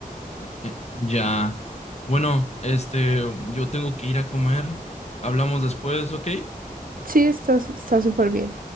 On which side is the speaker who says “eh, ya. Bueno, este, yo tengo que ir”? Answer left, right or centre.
Left